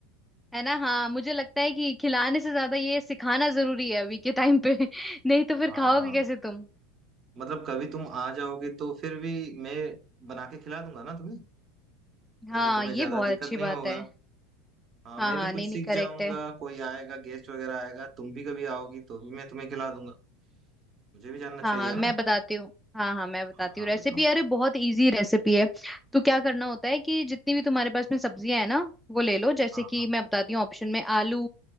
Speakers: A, in the centre; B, on the right.
A: है ना हाँ मुझे लगता है कि खिलाने से ज्यादा ये सिखाना जरूरी है अभी के टाइम पे <laughs> नहीं तो
B: हाँ
A: फिर खाओगे
B: हाँ
A: कैसे तुम
B: मतलब कभी तुम आ जाओगे तो फिर भी मैं बना के खिला दूंगा ना तुम्हें
A: हाँ
B: वैसे तुम्हें
A: ये
B: ज्यादा
A: बहुत
B: दिक्कत
A: अच्छी
B: नहीं
A: बात
B: होगा
A: है
B: हाँ
A: हाँ
B: मैं
A: हाँ
B: भी कुछ
A: नहीं
B: सीख
A: नहीं करेक्ट
B: जाऊंगा
A: है
B: कोई आएगा गेस्ट वगैरह आएगा तुम भी कभी आओगी तो भी मैं तुम्हें खिला दूंगा मुझे भी जानना चाहिए
A: हाँ हाँ मैं
B: ना
A: बताती हूँ हाँ हाँ मैं बताती
B: हाँ हाँ
A: हूँ रेसिपी
B: बताओ
A: अरे बहुत इजी रेसिपी है तो क्या करना होता है कि जितनी भी तुम्हारे पास में सब्जियां है ना वो ले लो जैसे
B: हाँ
A: कि
B: हाँ
A: मैं बताती हूँ ऑप्शन में आलू